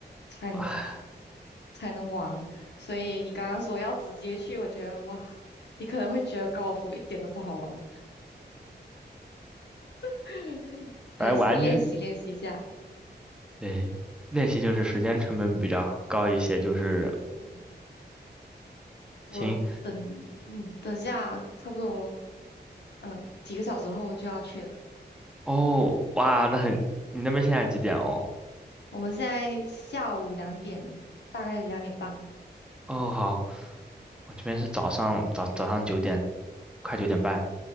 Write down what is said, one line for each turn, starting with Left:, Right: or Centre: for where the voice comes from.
Left: 才能
Centre: 啊，
Left: 才能玩，所以你刚刚说要直接去，我觉得哇，你可能会觉得高尔夫一点都不好玩。<laughs>
Centre: 来玩
Left: 还是练习练习一下。
Centre: 对，练习就是时间成本比较高一些，就是
Left: 嗯，我等，
Centre: 行
Left: 嗯，等下差不多，嗯，几个小时后就要去了。
Centre: 哦，哇，那很，你那边现在几点哦？
Left: 我们现在下午两点，大概两点半，
Centre: 哦，好，我这边是早上早早上九点，快九点半。